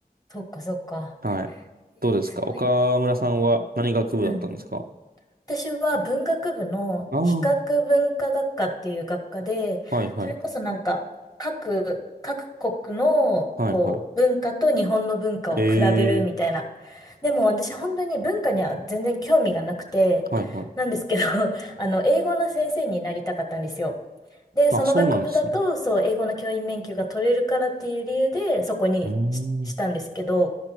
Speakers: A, on the left; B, on the right.
A: そっかそっか。
B: はい。
A: えー、
B: どうですか岡村さんは何学部だったんですか
A: すごいな。うん。私は文学部の比較文化学科っていう学科で、
B: ああー。はいはい。
A: それこそなんか各、各国のこう文化と日本の文化を比べるみたいな。
B: はいはい。ええ
A: でも私本当に文化には全然興味がなくて、
B: はいはい。
A: なんですけど、<laughs> あの、英語の先生になりたかったんですよ。で、
B: あ、
A: その学部だと、
B: そうなんですね。
A: そう、英語の教員免許が取れるからっていう理由で、そこにし、
B: うー
A: したんですけど、
B: ん。